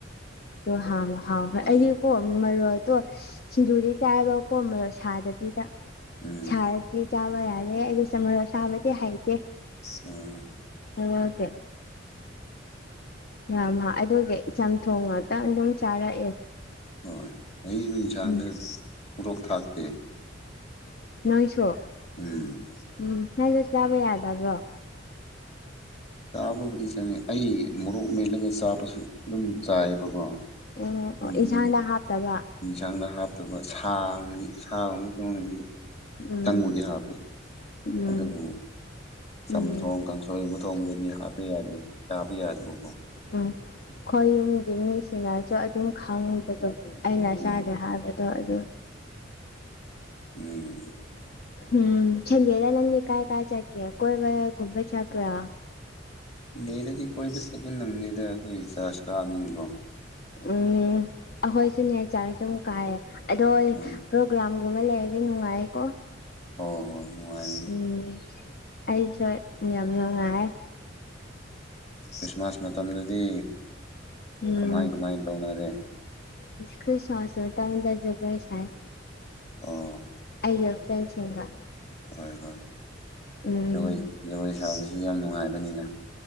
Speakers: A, on the left; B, on the left.
A: ꯍꯥꯎ ꯍꯥꯎꯋꯦ
B: ꯑ
A: ꯑꯩ ꯀꯣ ꯃꯔꯣꯗꯣ ꯁꯤꯡꯖꯨꯗꯤ ꯆꯥꯏꯕꯀꯣ ꯃꯔꯣ ꯁꯥꯗꯕꯤꯗ
B: ꯎꯝ
A: ꯁꯥꯔ ꯗꯤ ꯆꯥꯕ ꯌꯥꯌꯦ, ꯑꯩꯗꯤ ꯁꯥ ꯃꯔꯣꯛ ꯑꯁꯕꯗꯤ ꯍꯩꯇꯦ
B: ꯑ
A: ꯑ ꯉ ꯀꯦ ꯌꯥꯝ ꯑꯗꯨꯒꯤꯆꯝꯊꯣꯡ ꯉꯥꯛꯇꯪ ꯑꯗꯨꯝ ꯆꯥꯔꯛꯑꯦ
B: ꯍꯣꯏ ꯑꯩ ꯏꯟꯁꯥꯡꯗ
A: ꯎꯝ
B: ꯄꯣꯔꯣꯛ ꯊꯥꯛꯇꯦ
A: ꯅꯣꯏꯁꯨ
B: ꯎꯝ
A: ꯎꯝ ꯅꯪꯁꯨ ꯆꯥꯕ ꯌꯥꯗꯕ꯭ꯔꯣ
B: ꯆꯥꯕꯕꯨꯗꯤ ꯆꯪꯉꯦ ꯑꯩ ꯃꯣꯔꯣꯛ ꯃꯦꯠꯂꯒ ꯆꯥꯕꯁꯨ ꯑꯗꯨꯝ ꯆꯥꯏꯌꯦꯕꯀꯣ
A: ꯎꯝ ꯑꯣ
B: ꯎꯝꯍ
A: ꯏꯟꯁꯥꯡꯗ ꯍꯥꯞꯇꯕ
B: ꯌꯦꯟꯁꯥꯡꯗ ꯍꯥꯞꯇꯕ ꯁꯥ ꯁꯒꯨꯝꯕ ꯇꯨꯡꯗꯗꯤ
A: ꯎꯝ
B: ꯇꯪꯕꯨꯗꯤ ꯍꯥꯞꯄꯦ
A: ꯎꯝ
B: ꯑꯗꯨꯕꯨ ꯆꯝꯊꯣꯡ
A: ꯎꯝ ꯎꯝ
B: ꯀꯥꯡꯁꯣꯏꯒꯨꯝꯕ ꯊꯣꯡꯕꯗꯗꯤ ꯍꯥꯞꯄ ꯌꯥꯗꯦ ꯆꯥꯕ ꯌꯥꯗꯕꯀꯣ
A: ꯎꯝ ꯑꯩꯈꯣꯏ ꯌꯨꯝꯒꯤ ꯃꯤꯁꯤꯅꯁꯨ ꯑꯗꯨꯝ ꯈꯪꯕꯗꯣ ꯑꯩꯅ ꯏꯁꯥꯥꯗꯦ
B: ꯎꯝ
A: ꯍꯥꯏꯕꯗꯣ ꯑꯗꯨ
B: ꯎꯝ
A: ꯎꯝ ꯆꯟꯗꯦꯗ ꯅꯪꯒꯤ ꯀꯥꯏ ꯀꯥꯏ ꯆꯀꯦ ꯀꯣꯏꯕꯒꯨꯝꯕ ꯆꯄ꯭ꯔꯥ
B: ꯗꯦꯗꯗꯤ ꯀꯣꯏꯕ ꯆꯠꯄ ꯅꯪꯗꯦꯗ ꯑꯩꯈꯣꯏꯒꯤ ꯆꯥꯔꯖ ꯀꯥꯕꯅꯤꯅꯀꯣ
A: ꯎꯝ ꯑꯩꯈꯣꯏꯁꯨꯅꯦ ꯆꯥꯔ ꯑꯗꯨꯝ ꯀꯥꯏꯌꯦꯦ ꯑꯗꯣꯏ
B: ꯎꯝ
A: ꯄꯣꯒ꯭ꯔꯝꯒꯨꯝꯕ ꯂꯩꯔꯗꯤ ꯅꯨꯡꯉꯥꯏꯑꯀꯣ
B: ꯑꯣ ꯍꯣ ꯅꯨꯡꯉꯥꯏ
A: ꯎꯝ ꯑꯩꯁꯨ ꯌꯥꯝ ꯅꯨꯡꯉꯥꯏ
B: ꯈ꯭ꯔꯤꯁꯃꯥꯁ ꯃꯇꯝꯗꯗꯤ
A: ꯎꯝ
B: ꯀꯃꯥꯏ ꯀꯃꯥꯏ ꯇꯧꯅꯔꯦ
A: ꯈ꯭ꯔꯤꯁꯃꯁ ꯃꯇꯝꯗ ꯖꯒꯣꯏ ꯁꯥꯏ
B: ꯑꯥ
A: ꯑꯩꯒ ꯐ꯭ꯔꯦꯟꯁꯤꯡꯒ
B: ꯍꯣꯏ ꯍꯣꯏ
A: ꯎꯝ
B: ꯒꯣꯏ ꯖꯒꯣꯏ ꯁꯥꯕꯁꯨ ꯌꯥꯝ ꯅꯨꯡꯉꯥꯏꯕꯅꯤꯅ